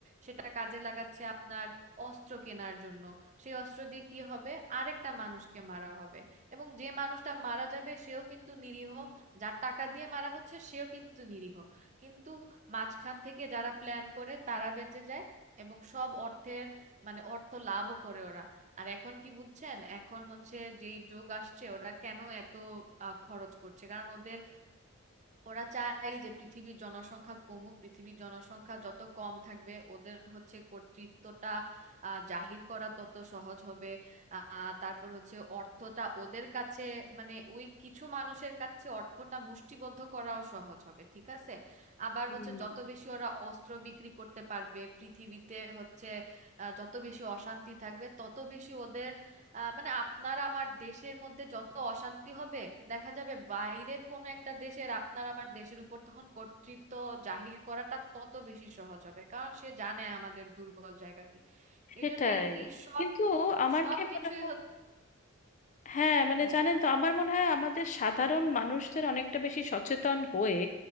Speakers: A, on the right; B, on the left.
A: সেটা কাজে লাগাচ্ছে আপনার অস্ত্র কেনার জন্য সেই অস্ত্র দিয়ে কি হবে আরেকটা মানুষকে মারা হবে এবং যে মানুষটা মারা যাবে সেও কিন্তু নিরীহ যার টাকা দিয়ে মারা হচ্ছে সেও কিন্তু নিরীহ কিন্তু মাঝখান থেকে যারা প্ল্যান করে তারা বেঁচে যায় এবং সব অর্থের মানে অর্থ লাভও করে ওরা আর এখন কি বুঝছেন এখন হচ্ছে যেই যুগ আসছে ওরা কেন এত আহ, খরচ করছে কারণ ওদের ওরা চায় যে পৃথিবীর জনসংখ্যা কমুক পৃথিবীর জনসংখ্যা যত কম থাকবে ওদের হচ্ছে কর্তৃত্বটা আহ, জাহির করা তত সহজ হবে আহ তারপর হচ্ছে অর্থটা ওদের কাছে মানে ওই কিছু মানুষের কাছে অর্থটা মুষ্টিবদ্ধ করাও সহজ হবে ঠিক আছে আবার
B: হুম
A: হচ্ছে যত বেশি ওরা অস্ত্র বিক্রি করতে পারবে পৃথিবীতে হচ্ছে আহ, যত বেশি অশান্তি থাকবে তত বেশি ওদের আহ মানে আপনার আমার দেশের মধ্যে যত অশান্তি হবে দেখা যাবে বাইরের কোনো একটা দেশের আপনার আমার দেশের উপর তখন কর্তৃত্ব জাহির করাটা তত বেশি সহজ হবে কারণ সে জানে আমাদের দুর্বল জায়গা কি
B: সেটাই
A: এই জন্য এই এই সব
B: কিন্তু আমার
A: সব
B: কি
A: কিছুই
B: মনে হয়
A: হচ্ছে
B: হ্যাঁ মানে
A: হ্যাঁ
B: জানেন তো আমার মনে হয় আমাদের সাধারণ মানুষদের অনেকটা বেশি সচেতন হয়ে